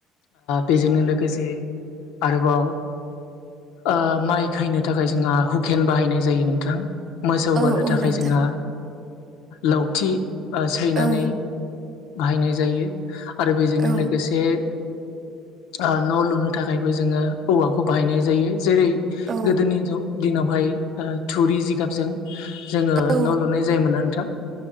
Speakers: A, on the left; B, on the right.
A: बेजोंनो लोगोसे आरोबाव ओ‌ माइ खायनो थाखाय जोंहा हुकेन बाहायनाय जायो नोंथां मोसौ होनो
B: औ औ
A: थाखाय
B: नोंथां
A: जोंहा लावथि सैनानै
B: औ
A: बाहायनाय जायो आरो बेजोंनो
B: औ
A: लोगोसे ओ न' लुनो थाखायबो जोङो औवाखौ बाहायनाय जायो जेरै
B: औ
A: गोदोनि दिनावहाय थुरि जिगाबजों जोङो
B: औ
A: न' लुनाय जायोमोनना नोंथां